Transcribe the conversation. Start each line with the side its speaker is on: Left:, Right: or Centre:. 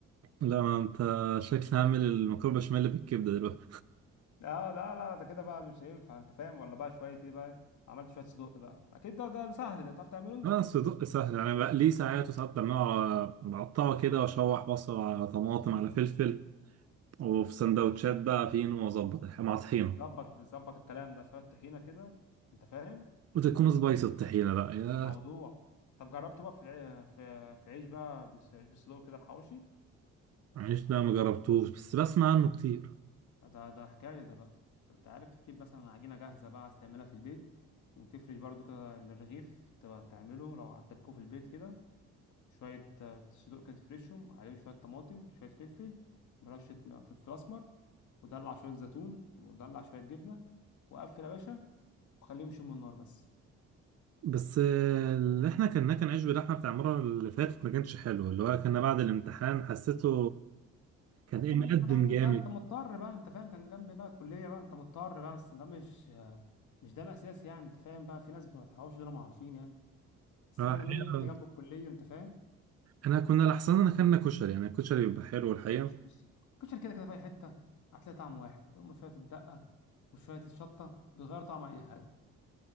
Right: لا ما أنت شكلي هعمل المكرونة بشاميل بالكبدة دلوقتي
Left: لا لا لا ده كده بقى مش ينفع انت فاهم ولا بقى شويه ايه بقى عملت شويه صدق بقى اكيد ده ده سهل ده تعرف تعمله انت
Right: أنا الصدق سهل يعني بقليه ساعات وساعات بعمله بقطعه كده وأشوح بصل على طماطم على فلفل وفي سندوتشات بقى فين وأظبط الح- مع طحينة
Left: ظبط ظبط الكلام ده شويه طحينه كده انت فاهم
Right: وتكون
Left: مهم.
Right: سبايسي الطحينة بقى يا
Left: موضوع طب جربته بقى في الع- في في عيش بقى بس- عيش بالصدق كده الحواوشي
Right: عيش ده ما جربتوش بس بسمع عنه كتير
Left: ده ده حكاية ده بقى انت عارف تجيب مثلا عجينة جاهزة بقى عايز تعملها في البيت وتفرش برضو كده الرغيف تبقى تعمله لو عندكوا في البيت كده شوية آه، صدوق كده تفرشهم عليهم شوية طماطم شوية فلفل برشة م- فلفل أسمر ودلع شوية زيتون ودلع شوية جبنة وقفل يا باشا وخليهم يشموا النار بس
Right: بس آه، اللي احنا كنا كان عيش بلحمه بتاع المره اللي فاتت ما كانش حلو اللي هو كنا بعد الامتحان حسيته كان
Left: ما انت
Right: ايه
Left: مش
Right: مقدم
Left: احنا بقى انت
Right: جامد
Left: انت مضطر بقى انت فاهم كان جنبي بقى الكلية بقى انت مضطر بقى بس ده مش آه، مش ده الأساس يعني انت فاهم بقى في ناس بتوع الحواوشي دول ما عارفين يعني بس
Right: اه
Left: احنا
Right: الحقيقه
Left: هنعمله يبقى انت جنب الكليه انت فاهم
Right: انا كنا لحسن انا كنا كشري يعني الكشري بيبقى حلو الحقيقه
Left: مش بص كشري كده كده في اي حته هتلاقي طعم واحد هم شويه الدقه وشويه الشطه بيغيروا طعم اي حاجه